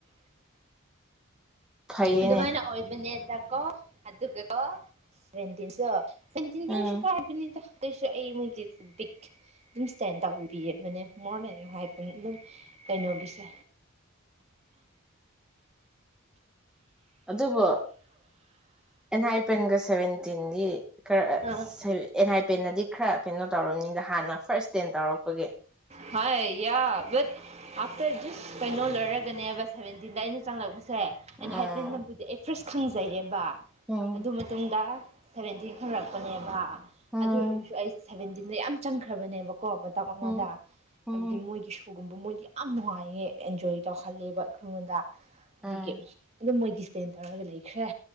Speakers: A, in the centre; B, on the right.
A: ꯐꯩꯌꯦꯅꯦ
B: ꯑꯗꯨꯃꯥꯏꯅ ꯑꯣꯏꯕꯅꯦ ꯀꯣ ꯑꯗꯨ ꯑꯗꯨ ꯀ ꯀꯣ ꯁꯕꯦꯟꯇꯤꯟꯁꯨ ꯆꯇꯤꯟꯗꯤꯁꯨ
A: ꯎꯝ
B: ꯇꯥꯔꯕꯅꯤꯗ ꯀꯩꯁꯨ ꯑꯩ ꯃꯣꯏꯒꯤ ꯕꯤꯛ ꯑꯗꯨꯝ ꯁ꯭ꯇꯦꯟ ꯇꯧꯕꯤꯕꯅꯦ ꯃꯣꯔꯦ ꯍꯥꯏꯇ ꯑꯗꯨꯝ ꯀꯩꯅꯣꯒꯤꯁꯦ
A: ꯑꯗꯨꯕꯨ <unintelligible> ꯄꯟꯒꯁꯦ ꯁꯕꯚꯦꯟ ꯇꯤꯟꯗꯤ ꯈꯔ
B: ꯑꯥ
A: ꯑꯦꯟꯅꯥꯥꯏ ꯄꯦꯟꯅꯗꯤ ꯈꯔ ꯀꯩꯅꯣ ꯇꯧꯔꯕꯅꯤꯗ ꯍꯥꯟꯅ ꯐꯥꯔꯁ ꯇꯦꯟ ꯇꯧꯔꯛꯄꯒꯤ
B: ꯍꯥꯏ ꯌꯥꯇ <inaudible> ꯀꯩꯅꯣ ꯂꯣꯏꯔꯒꯅꯦꯕ ꯁꯚꯦꯟꯇꯤꯟꯗ ꯑꯩꯅ ꯆꯪꯂꯛꯄꯁ ꯁꯦ
A: ꯎꯝ
B: ꯑꯩꯅ ꯍꯥꯏꯕꯕꯨꯗꯤ ꯑꯩ ꯐꯥꯔꯁ ꯈꯪꯖꯩꯌꯦꯕ
A: ꯎꯝ
B: ꯑꯗꯨ ꯃꯇꯨꯡꯗ ꯁꯚꯦꯟꯇꯤꯟ ꯍꯧꯔꯛꯄꯅꯦꯕ
A: ꯎꯝ
B: ꯑꯗꯨ ꯑꯣꯏꯔꯁꯨ ꯑꯩꯁꯦ ꯁꯚꯦꯟꯇꯤꯟ ꯌꯥꯝ ꯆꯪꯈ꯭ꯔꯕꯅꯦꯕ ꯀꯣ ꯃꯇꯝ ꯑꯃꯗ
A: ꯎꯝ ꯎꯝ
B: ꯍꯥꯏꯕꯗꯤ ꯃꯣꯏꯒꯤ ꯁꯨꯒꯨꯝꯕ ꯃꯣꯏꯗꯤ ꯌꯥꯝ ꯅꯨꯡꯉꯥꯏ ꯑꯦꯟꯖꯣꯏ ꯇꯧꯍꯜꯂꯦꯕ ꯑꯩꯈꯉꯣꯟꯗ ꯑꯗꯨꯒꯤ
A: ꯎꯝ
B: ꯑꯗꯨꯝ ꯃꯣꯏꯒꯤ ꯏꯁꯇꯦꯟ ꯇꯧꯔꯒ ꯂꯩꯈ꯭ꯔꯦ